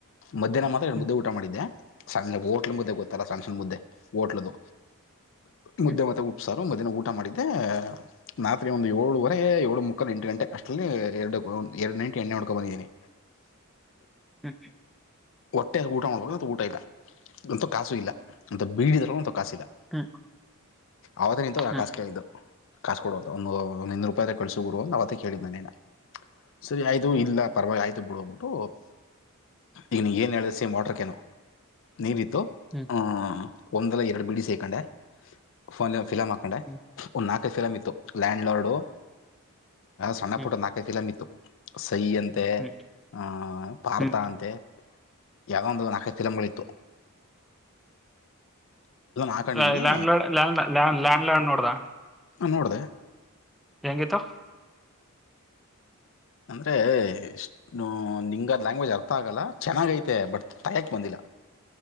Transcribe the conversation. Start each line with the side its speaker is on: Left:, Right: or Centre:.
Left: ಮಧ್ಯಾಹ್ನ ಮಾತ್ರ ಎರಡು
Centre: ಹ್ಮ್
Left: ಮುದ್ದೆ ಊಟ ಮಾಡಿದ್ದೆ. ಸ ಓಟ್ಲು ಮುದ್ದೆ ಗೊತ್ತಲ್ಲ ಸಣ್ ಸಣ್ ಮುದ್ದೆ, ಓಟ್ಲುದು,
Centre: ಹ್ಮ್
Left: ಮುದ್ದೆ ಮತ್ತೆ ಉಪ್ ಸಾರು. ಮದ್ಯಾನ ಊಟ ಮಾಡಿದ್ದೆ, ರಾತ್ರಿ ಒಂದು ಏಳುವರೆ ಏಳು ಮುಕ್ಕಾಲು ಎಂಟು ಗಂಟೆ, ಅಷ್ಟರಲ್ಲಿ ಎರಡು ಎರಡು ನೈಂಟಿ ಎಣ್ಣೆ ಹೊಡ್ಕೊಂಡ ಬಂದಿದ್ದೀನಿ.
Centre: ಹ
Left: ಹೊಟ್ಟೆ ಊಟ ಮಾಡ್ಬಿಡ್ಬಹುದು, ಊಟ ಇಲ್ಲ ನಂತವ್ ಕಾಸು ಇಲ್ಲ, ನಂತವ್ ಬೀಡಿ ಇದ್ರು ನಂತವ್ ಕಾಸು ಇಲ್ಲ.
Centre: <unintelligible>
Left: ಅವತ್ತು ನಿಂತು ನಾ
Centre: ಹ್ಮ್
Left: ಕಾಸ್ ಕೇಳಿದ್ದು. ಕಾಸಸ್ ಕೊಡುವಂತ ಒಂದು ಒಂದ ಇನ್ನೂರು ರೂಪಾಯಿ ಕಳ್ಸುರು ಅಂತ ಅವತ್ತೇ ಕೇಳಿದ್ದ ನಿನ್ನ. ಸರಿ ಆಯ್ತು
Centre: ಹ್ಮ್
Left: ಇಲ್ಲ
Centre: ಹ್ಮ್
Left: ಪರವಾಗಿ ಆಯ್ತು ಬಿಡ್ಕೋಗ್ಬಿಟ್ಟು ಈನ ಏನು ಹೇಳಿದೆ ಸೇಮ್ ವಾಟರ್ ಕ್ಯಾನು ನೀರಿಟ್ಟು
Centre: ಹ್ಮ್
Left: ಹ ಒಂದಲ್ಲ ಎರಡು ಬಿಡಿ ಸೇಕೊಂಡೆ, ಫೈನಲಿ ಒಂದ್ ಫಿಲ್ಮ್ ಹಾಕೊಂಡೆ,
Centre: ಹ್ಮ್
Left: ಒಂದ್ ನಾಲ್ಕು ನಾಕ ಫಿಮಂ ಇತ್ತು, ಲ್ಯಾಂಡ್ ಲಾರ್ಡ್, ಸಣ್ಣ
Centre: ಹ್ಮ್
Left: ಪುಟ್ಟದ ನಲ್ಕೈದು ಫಿಲಮ್ ಇತ್ತು. <unintelligible> ಯಂತೆ,
Centre: ಹ್ಮ್
Left: ಆ ಅರ್ಥ
Centre: ಹ್ಮ್ ಹ್ಮ್
Left: ಅಂತೆ ಯಾದೊಂದು ನಾಲ್ಕೈದು ಫಿಲಂಗಳಿತ್ತು. ಹಾಕೊಂಡಿದ್ದೀನಿ
Centre: ಹು ಲ್ಯಾಂಡ್, ಲಾ ಲ್ಯಾಂಡ್ ಲಾಡ್ ನೋಡ್ದ?
Left: ಹಾ ನೋಡ್ದೆ.
Centre: ಹೆಂಗಿತ್ತು?
Left: ಅಂದ್ರೆ ಇಷ್ಟ ನಿಂಗ ಅದು ಲ್ಯಾಂಗ್ವೇಜ್ ಅರ್ಥ ಆಗಲ್ಲ. ಚೆನ್ನಾಗೈತೆ ಬಟ್ ತಗೆಯೋಕ್ ಬಂದಿಲ್ಲ.